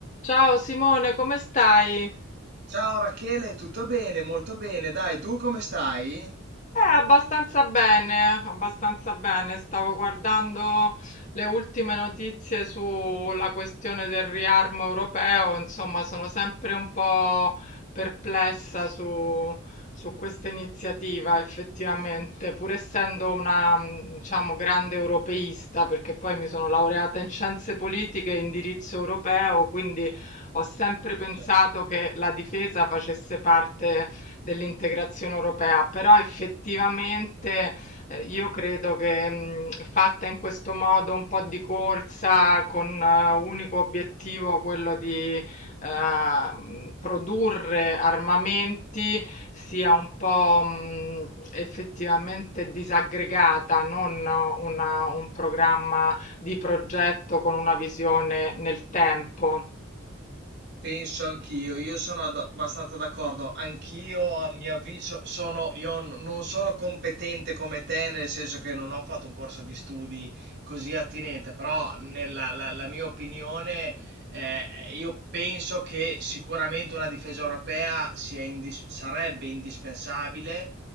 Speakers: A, on the left; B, on the right.
A: Ciao Simone, come stai? Eh,
B: Ciao Rachele, tutto bene? Molto bene, dai, tu come stai?
A: abbastanza bene, abbastanza bene. Stavo guardando le ultime notizie sulla questione del riarmo europeo, insomma, sono sempre un po' perplessa su, su questa iniziativa, effettivamente, pur essendo una, mh, diciamo, grande europeista, perché poi mi sono laureata in scienze politiche e indirizzo europeo, quindi ho sempre pensato
B: Ciao,
A: che la difesa facesse parte dell'integrazione europea, però effettivamente eh, io credo che mh, fatta in questo modo un po' di corsa con eh, unico obiettivo quello di eh, produrre armamenti sia un po' mh, effettivamente disaggregata, non una- un programma di progetto con una visione nel tempo.
B: Penso anch'io, io sono ad- abbastanza d'accordo, anch'io a mio avviso sono, io n- non sono competente come te, nel senso che non ho fatto un corso di studi così attinente, però nella la, la mia opinione eh, io penso che sicuramente una difesa europea sia indis- sarebbe indispensabile